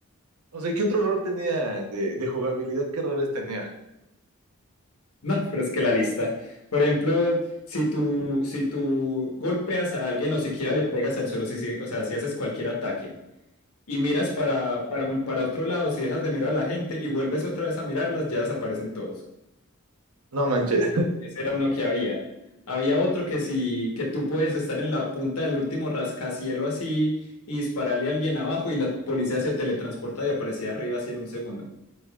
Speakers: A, on the right; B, on the left.
A: O sea, ¿qué otro error tenía de, de jugabilidad? ¿Qué errores tenía?
B: No, pero es que la lista, por ejemplo, si tú, si tú golpeas a alguien o siquiera le pegas al suelo, si, si- o sea, si haces cualquier ataque Y miras para, para, un- para otro lado, si dejas de mirar a la gente y vuelves otra vez a mirarlas, ya desaparecen todos.
A: No manches,
B: Ese era uno que había. Había otro que si que tú podías estar en la punta del último rascacielo así y dispararle a alguien abajo y la policía se teletransporta y aparecía arriba así en un segundo.